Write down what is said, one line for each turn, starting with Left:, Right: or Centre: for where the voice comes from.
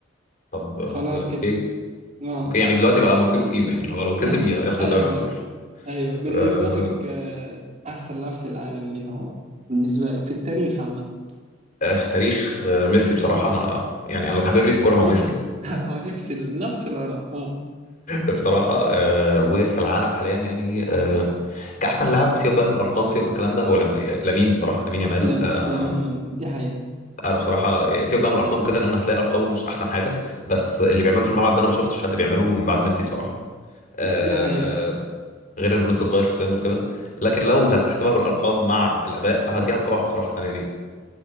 Left: طب آه
Right: خلاص
Left: اوكي
Right: كده اه
Left: اوكي يعني دلوقتي بقى مصيره في ايده يعني لو لو
Right: <laughs>
Left: كسب ياخد
Right: ايوه
Left: الدوري على طول
Right: ايوه بالنسبة
Left: آه
Right: لك آه، احسن لاعب في العالم مين هو بالنسبة لك في التاريخ عامة
Left: آه، في تاريخ آه، ميسي بصراحه انا يعني انا اللي حبيبني في كوره هو
Right: نفس
Left: ميسي
Right: <laughs> ونفس نفس ال- نفس الآراء اه
Left: بصراحة آه وفي العالم حاليا يعني آه كأحسن لاعب سيبك بقى من الأرقام سيبك من الكلام ده هو لم- لامين بصراحة لامين يامال
Right: لم-
Left: آه
Right: لامين
Left: أنا
Right: يامال. دي حقيقة
Left: أنا بصراحة سيبك بقى من الأرقام وكده لأن هتلاقي أرقامه مش أحسن حاجة بس اللي بيعمله في الملعب ده أنا ما شفتش حد بيعمله من بعد ميسي بصراحة آه
Right: دي حقيقة
Left: غير إنه لسه صغير في السن وكده لكن لو هتحسبها بالأرقام مع الأداء فهديها لصلاح بصراحة السنة دي